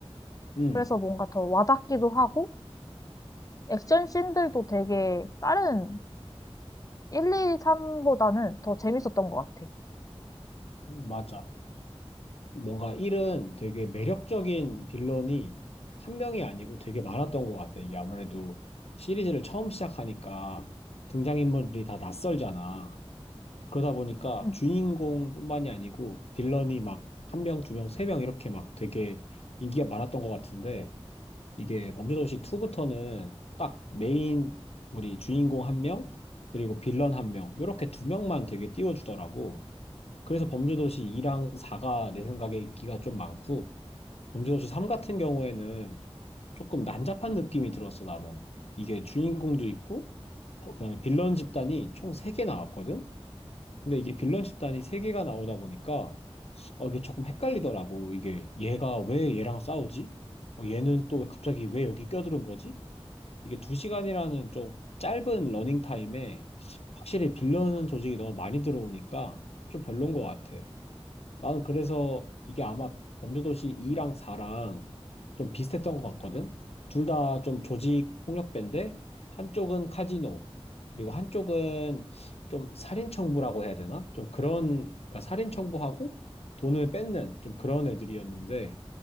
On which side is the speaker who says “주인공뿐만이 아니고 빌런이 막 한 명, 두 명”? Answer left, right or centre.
Left